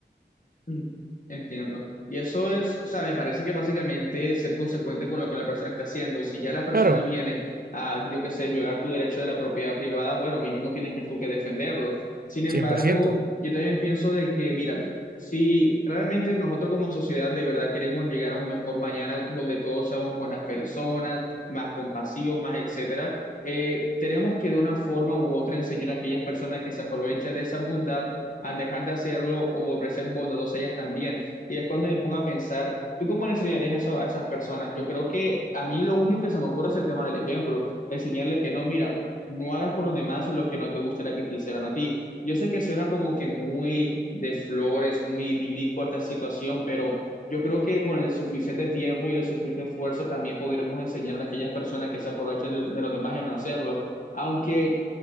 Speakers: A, on the left; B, on the right.
A: Mm, Entiendo. Y eso es, o sea, me parece que básicamente es ser consecuente con lo que la persona está haciendo. Si ya la persona
B: Claro,
A: viene a, yo qué sé, violar tu derecho de la propiedad privada, bueno, mínimo tienes que tú que defenderlo. Sin embargo,
B: cien por ciento
A: yo también pienso de que, mira, si realmente nosotros como sociedad de verdad queremos llegar a un mejor mañana donde todos seamos buenas personas, más compasivos, más etcétera, eh, tenemos que de una forma u otra enseñar a aquellas personas que se aprovechan de esa bondad a dejar de hacerlo o volverse bondadosa ellas también. Y es cuando me pongo a pensar, ¿tú cómo le enseñarías eso a esas personas? Yo creo que a mí lo único que se me ocurre es el tema del ejemplo, enseñarles que no, mira, no hagas con los demás lo que no te gustaría que te hicieran a ti. Yo sé que suena como que muy de flores, muy idílico esta situación, pero... Yo creo que con el suficiente tiempo y el suficiente esfuerzo también podremos enseñar a aquellas personas que se aprovechan de, de los demás en no hacerlo. Aunque